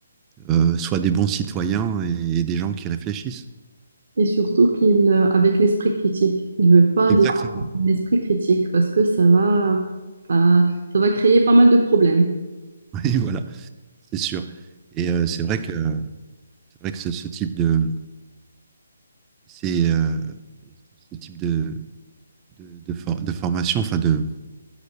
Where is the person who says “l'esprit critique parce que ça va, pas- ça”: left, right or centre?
Right